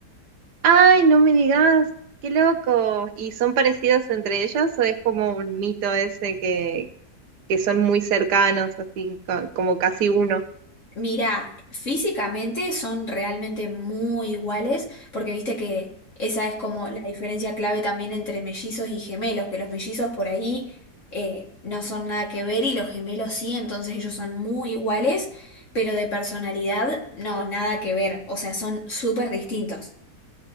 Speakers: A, on the right; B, on the left.
A: Ay, no me digas, qué loco. ¿Y son parecidos entre ellos o es como un mito ese que, que son muy cercanos, así co- como casi uno?
B: Mira, físicamente son realmente muy iguales, porque viste que esa es como la diferencia clave también entre mellizos y gemelos, que los mellizos por ahí eh, no son nada que ver y los gemelos sí, entonces ellos son muy iguales, pero de personalidad no, nada que ver, o sea, son súper distintos.